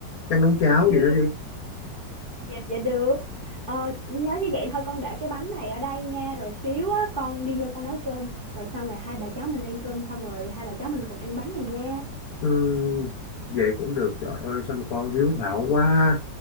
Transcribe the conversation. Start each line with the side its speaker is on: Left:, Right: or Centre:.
Left: chắc nấu cháo
Right: Ừ,
Left: gì đó đi
Right: Dạ, dạ được. Ờ, nếu như vậy thôi con để cái bánh này ở đây nha. Rồi xíu á, con đi vô con nấu cơm. Rồi xong rồi hai bà cháu mình ăn cơm xong rồi hai bà cháu mình cùng ăn bánh này nha.
Left: Ừ, vậy cũng được trời ơi sao mà con hiếu thảo quá